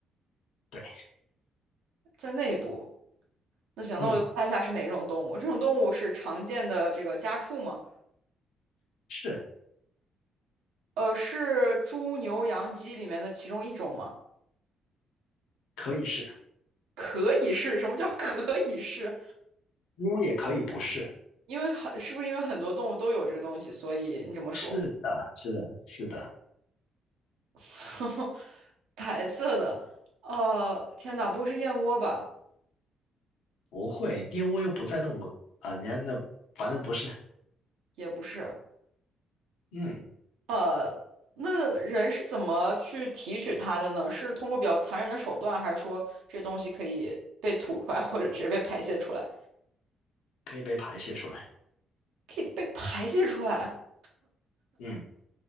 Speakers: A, on the left; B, on the right.
A: 对，
B: 在内部。那行，
A: 嗯，
B: 那我就猜一下是哪种动物？这种动物是常见的这个家畜吗？
A: 是，
B: 呃，是猪、牛、羊、鸡里面的其中一种吗？
A: 可以是，
B: 可以是，什么叫可以是？
A: 因为也可以不是，
B: 因为很，是不是因为很多动物都有这个东西，所以你这么说？
A: 是的，是的，是的，
B: <laughs> 白色的，呃，天哪，不会是燕窝吧？
A: 不会，玷污又不在动物，啊、人家那反正不是，
B: 也不是，
A: 嗯，
B: 呃，那人是怎么去提取它的呢？是通过比较残忍的手段，还是说这东西可以被吐出来，或者直接被排泄出来？
A: 可以被排泄出来，
B: 可以被排泄出来，
A: 嗯，